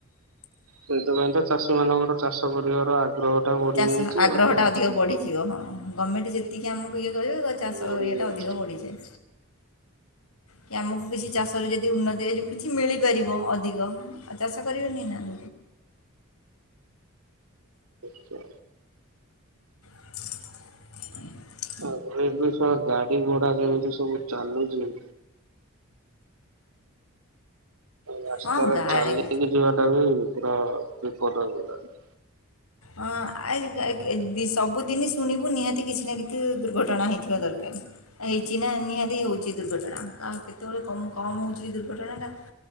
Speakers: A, on the right; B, on the left.
A: ସେଇଥିପାଇଁ ତ ଚାଷୀ ମାନଙ୍କର ଚାଷ କରିବାର ଆଗ୍ରହ ଟା ବଢି
B: ଚାଷ
A: ଯାଇଚି
B: ଆଗ୍ରହଟା
A: ଆଉ।
B: ଅଧିକ ବଢ଼ିଯିବ ହଁ ଗମେଣ୍ଟ ଯେତିକି ଆମକୁ ଇଏ କରିବେ ଚାଷ
A: ବଢି
B: ଇଏଟା
A: ଯାଇଛି
B: ଅଧିକ ବଢ଼ିଯାଏ। କି ଆମକୁ କିଛି ଚାଷ ର ଯଦି ଉନ୍ନତି ହେଏ କିଛି ମିଳିପାରିବ ଅଧିକ ଆ ଚାଷ କରିବ ନିି ନା <unintelligible>
A: ଆା
B: ହ
A: ଆଗ ଏବେ ସଳା ଗାଡି ଘୋଡା ଯେମିତି ସବୁ ଚାଲୁଚି। ରାସ୍ତାରେ
B: ହଁ ଗାଳି
A: ଚାଲିକି ଯିବାଟା ବି ପୁରା ବିପଦ ହେଇଗଲାଣି।
B: ହଁ ଆ ସବୁଦିନ ଶୁଣିବୁ ନିହାତି କିଛି ନା କିଛି ଦୁର୍ଘଟଣା ହେଇଥିବା ଦରକାର। ହେଇଚି ନା ନିହାତି ହଉଚି ଦୁର୍ଘଟଣା ଆ କେତେବେଳେ କ କମ ହଉଛି ଦୁର୍ଘଟଣା ଟା।